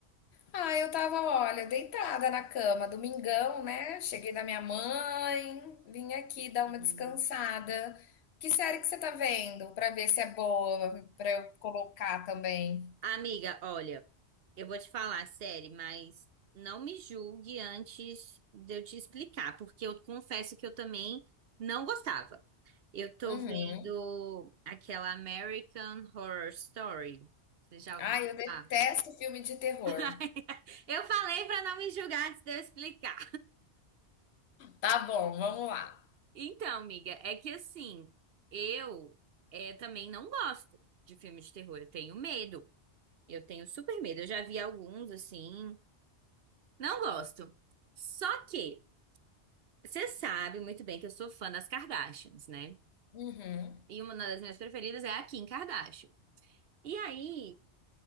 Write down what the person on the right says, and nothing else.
Uhum.
Amiga, olha, eu vou te falar a série, mas não me julgue antes de eu te explicar, porque eu confesso que eu também não gostava. Eu tô
vendo aquela American Horror Story. Você já ouviu
falar?
<laughs> Eu falei pra não me julgar antes de eu explicar.
Então, amiga, é que assim, eu eh, também não gosto de filmes de terror. Eu tenho medo. Eu tenho super medo. Eu já vi alguns, assim. Não gosto. Só que, você sabe muito bem que eu sou fã das Kardashians, né?
E uma das minhas preferidas é a Kim Kardashian. E aí,